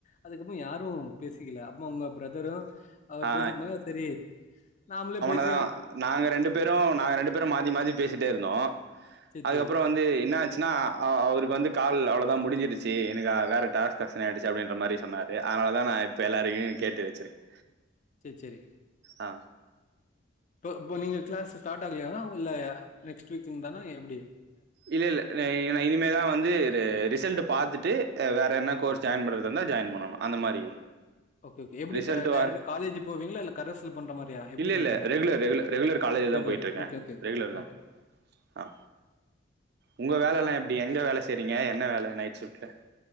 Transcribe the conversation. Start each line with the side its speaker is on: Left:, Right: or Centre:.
Left: அதுக்கப்ற யாரு பேசிக்கல அப்ப உங்க ப்ரதரு அவர்
Right: ஆ
Left: பேசுதுனா சரி நாம்ளே பேச
Right: அ நாங்க ரெண்டு பேரு நாங்க ரெண்டு பேரு மாத்தி மாறி பேசிட்டே இருந்தோ
Left: சரி,
Right: அதுக்கப்ற
Left: சரி.
Right: வந்து என்னா ஆச்சுனா அ அவருக்கு வந்து கால் அவ்ள லா முடிஞ்சிருச்சி எனக்கு வேற டாஸ்க் அசைனாய்டுச்சு அப்டின்ற மாரி சொன்னா அதனாலதா நா இப்ப எல்லாருடயு கேட்டு வச்சிருக்கே
Left: சே சேரி
Right: ஆ
Left: இப்போ இப்ப நீங்க க்ளாஸ் ஸ்டார்ட் ஆகலானா இல்ல நெக்ஸ்ட் வீக்ல இருந்தானா எப்டி
Right: இல்ல இல்ல ந இனிமேதா வந்து ரிசல்ட் பாத்துட்டு வேற என்ன கோர்ஸ் ஜாயின் பண்றது ப்ருந்த ஜாயின் பண்ணணு அந்த மாரி
Left: ஓகே ஓகே எப்டி
Right: ரிசல்ட்
Left: இப்ப
Right: வார்
Left: டேரேக்ட்டா காலேஜ் போவீங்களா இல்ல கரஸ்ல பண்றமாரியா எப்டி
Right: இல்ல
Left: பண்றீங்க
Right: இல்ல ரெகுலர் ரெகுலர் ரெகுலர் காலேஜ் தா
Left: ரெகுலர்
Right: போயிட்டு இருக்கே
Left: ஒகே
Right: ரெகுலர் தா
Left: ஒகே
Right: ஆ உங்க வேலலெல்லா எப்டி எங்க வேல செய்றீங்க என்ன வேல நைட் ஷிப்ட்ல